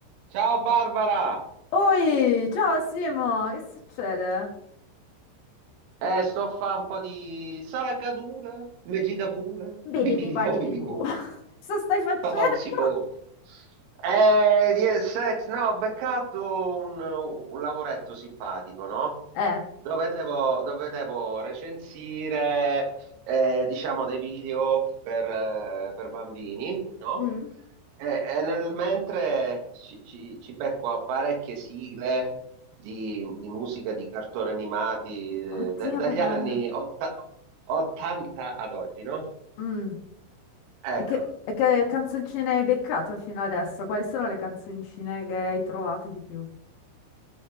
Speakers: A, on the right; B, on the left.
A: Ciao Barbara!
B: Oi, ciao Simo, che succede?
A: Eh, sto a fare un po' di saracadula, megicabula,
B: Bidi
A: bibidi
B: bibali
A: bobidi
B: bibu.
A: bu,
B: <laughs> Cosa stai facendo?
A: papà non si può. Eh, di eh, set, no, ho beccato un, un lavoretto simpatico, no?
B: Eh.
A: Dove devo, dove devo recensire, eh, diciamo, dei video per, eh, per bambini, no?
B: mm.
A: E, e nel mentre ci, ci, ci becco a parecchie sigle di, di musica, di cartoni animati, eh,
B: Oddio,
A: da- dagli
B: che bello.
A: anni otta- 80 ad oggi, no?
B: Mm.
A: Ecco.
B: E che, e che canzoncine hai beccato fino adesso? Quali sono le canzoncine che hai trovato di più?